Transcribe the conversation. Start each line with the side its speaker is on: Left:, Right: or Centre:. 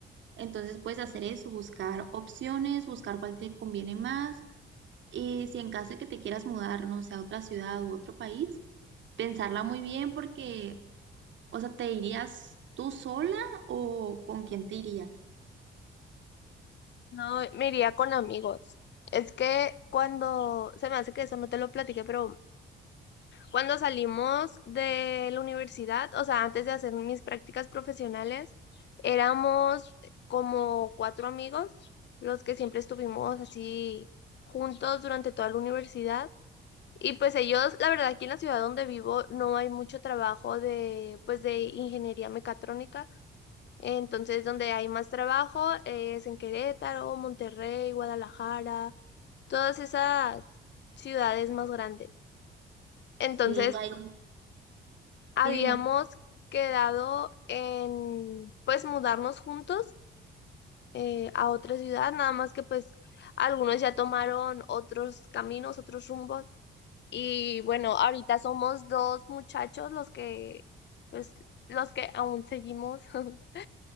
Right: Entonces puedes hacer eso, buscar opciones, buscar cuál te conviene más y si en caso de que te quieras mudar, no sé, a otra ciudad u otro país, pensarla muy bien porque, o sea, ¿te irías tú sola o con quién te irías?
Left: No, me iría con amigos. Es que cuando, se me hace que eso no te lo platiqué, pero Cuando salimos de la universidad, o sea, antes de hacer mis prácticas profesionales, éramos como cuatro amigos, los que siempre estuvimos así juntos durante toda la universidad. Y pues ellos, la verdad, aquí en la ciudad donde vivo no hay mucho trabajo de, pues de ingeniería mecatrónica. Entonces, donde hay más trabajo es en Querétaro, Monterrey, Guadalajara, todas esas ciudades más grandes. Entonces,
Right: Sí, ahí,
Left: Habíamos
Right: sí, dime.
Left: quedado en, pues, mudarnos juntos eh, a otra ciudad, nada más que pues algunos ya tomaron otros caminos, otros rumbos. Y bueno, ahorita somos dos muchachos los que, pues, los que aún seguimos <laughs>